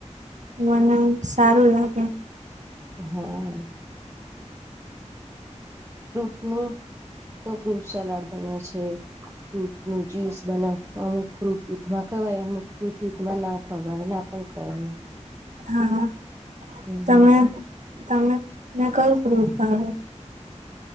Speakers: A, on the right; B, on the right.
A: મને સારું લાગે.
B: હા. ફ્રૂટ નું તો ફ્રૂટ સલાડ બને છે. ફ્રૂટ નું જ્યુસ બનાવ અમુક ફ્રૂટ દૂધમાં ખવા અમુક ફ્રૂટ દૂધમાં ના ખવાય ના પણ. ખવાય
A: હા
B: હમ
A: તમે તમે ને ક. હ હા હ.